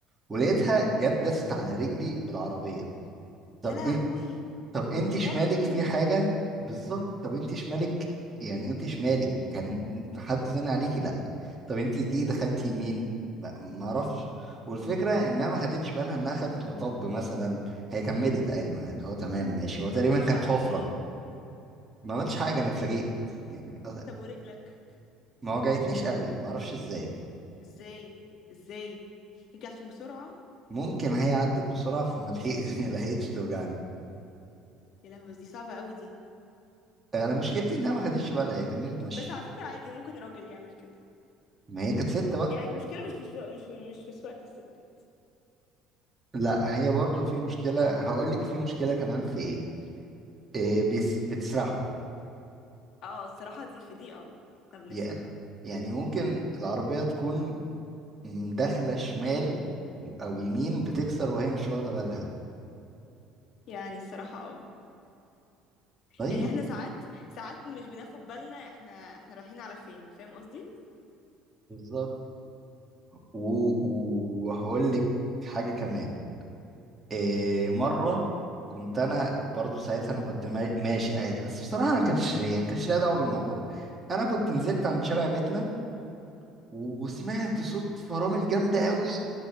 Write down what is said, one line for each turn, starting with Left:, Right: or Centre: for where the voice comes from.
Right: ولقيتها جت دست على رجلي بالعربية طب
Left: يا لهوي
Right: إيه طب انت
Left: دي
Right: شمالك
Left: فرمت
Right: في
Left: رجلك
Right: حاجة بالظبط طب انت شمالك يعني انت شمالك كان حد زن عليكي لا طب انت ليه دخلتي يمين ما ما اعرفش والفكرة انها ما خدتش بالها انها خدت مطب مثلا هي كملت عادي ما اللي هو تمام ماشي هو تقريبا
Left: طب وانت
Right: كانت
Left: عملت
Right: حفرة
Left: ايه
Right: ما عملتش حاجة انا اتفاجئت يعني أص-
Left: طب ورجلك
Right: ما وجعتنيش قوي ما اعرفش ازاي
Left: ازاي ازاي يمكن عشان بسرعه
Right: ممكن هي عدت بسرعة فما لحق- <laughs> لحقتش توجعني
Left: يا لهوي بس دي صعبه قوي دي
Right: انا مشكلتي انها ما خدتش بالها هي كملت ماشية
Left: بس على فكره عادي ممكن راجل يعمل كده
Right: ما هي كانت ستة بقى
Left: يعني المشكله مش في شو... مش في... مش في سواقه الستات
Right: لا هي برضو في مشكلة هقول لك في مشكلة كمان في ايه, إيه بيس
Left: قولي
Right: بتسرحوا
Left: اه الصراحه دي في دي اه احنا بنسرح
Right: يا- يعني ممكن العربية تكون م- داخلة شمال او يمين بتكسر وهي مش واخدة بالها
Left: يعني الصراحه اه
Right: طيب
Left: يعني احنا ساعات ساعات مش بناخد بالنا احنا احنا رايحين على فين فاهم قصدي
Right: بالظبط و- و- وهقول لك حاجة كمان إيه مرة كنت انا برضو ساعتها انا كنت ما- ماشي عادي بس بصراحة انا كانتش يعني كانتش ليها دعوة بالموضوع انا كنت نزلت عند شارع بيتنا وسمعت صوت فرامل جامدة قوي